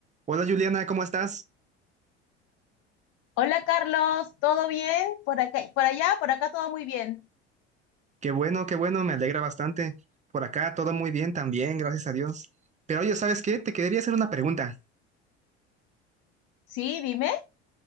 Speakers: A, on the right; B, on the left.
A: Hola Juliana, ¿cómo estás?
B: Hola Carlos, ¿todo bien? ¿Por acá, por allá? Por acá todo muy bien.
A: Qué bueno, qué bueno, me alegra bastante. Por acá todo muy bien también, gracias a Dios. Pero oye, ¿sabes qué? Te quería hacer una pregunta.
B: Sí, dime.